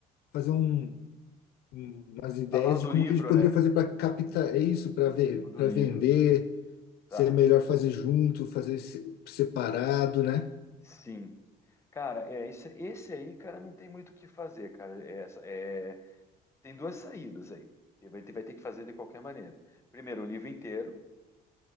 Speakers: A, on the left; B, on the left.
A: fazer um, um- umas ideias
B: Ah, o do
A: de como
B: livro,
A: que a gente poderia
B: né?
A: fazer para captar é isso, para ver,
B: O Do
A: para
B: livro,
A: vender,
B: né? Tá.
A: se é melhor fazer junto, fazer se- separado, né?
B: Sim. Cara, é esse, esse aí, cara, não tem muito o que fazer, cara. É, essa- é, Tem duas saídas aí. Ele vai ter, vai ter que fazer de qualquer maneira. Primeiro, o livro inteiro,